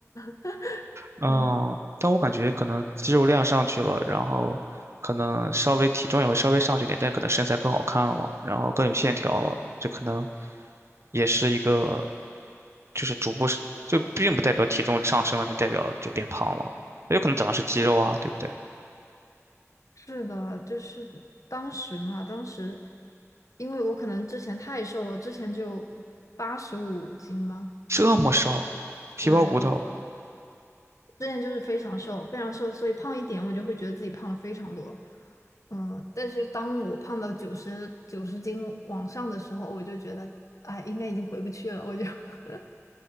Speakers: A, on the left; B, on the right.
A: <laughs>
B: 嗯，
A: 嗯嗯。
B: 但我感觉可能肌肉量上去了，然后可能稍微体重也会稍微上去一点，但可能身材更好看了，然后更有线条了，这可能也是一个，就是逐步是，就并不代表体重上升了就代表就变胖了，也有可能长的是肌肉啊，对不对？
A: 是的，就是当时嘛，当时因为我可能之前太瘦了，之前就八十五斤嘛，
B: 这么瘦，皮包骨头，
A: 对，我之前就是非常瘦，非常瘦，所以胖一点我就会觉得自己胖了非常多。嗯，但是当我胖到九十九十斤往上的时候，我就觉得，哎，应该已经回不去了，我就 <laughs>